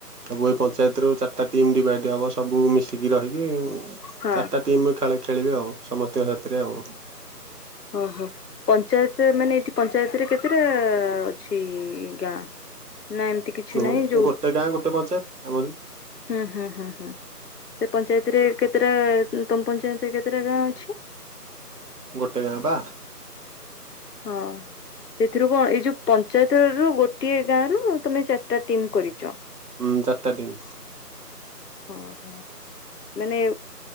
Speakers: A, on the right; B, on the left.
A: ସବୁ ଏଇ ପଞ୍ଚାୟତ ରୁ ଚାରିଟା ଟିମ୍ ଡିଭାଇଡ ହବ ସବୁ ମିଶିକି ରହିବେ ଆଉ।
B: ହଁ।
A: ଚାରିଟା ଟିମ୍ ଖେଳ ଖେଳିବେ ଆଉ ସମସ୍ତଙ୍କ ସାଥିରେ ଆଉ।
B: ଓହୋ ପଞ୍ଚାୟତ ମାନେ ପଞ୍ଚାୟତରେ କେତେଟା ଅଛି ଗାଁ? ନା ଏମିତି କିଛି
A: ହୁଁ
B: ନାହିଁ ଯୋଉ
A: ଗୋଟେ ଗାଁ ଗୋଟେ ପଞ୍ଚାୟତ ଆମରି
B: ହୁଁ ହୁଁ ସେ ପଞ୍ଚାୟତରେ କେତେଟା ତମ ପଂଚାୟତ ରେ କେତେ ଟା ଗାଁ ଅଛି?
A: ଗୋଟେ ଗାଁ ପା।
B: ହଁ। ସେଥିରୁ କଣ ଏଇ ଯୋଉ ପଞ୍ଚାୟତ ରୁ ଗୋଟିଏ ଗାଁ ରୁ ତମେ ଚାରିଟା ଟିମ୍ କରିଛ।
A: ହୁଁ ଚାରିଟା ଟିମ୍।
B: ଓଁ ହୋ। ମାନେ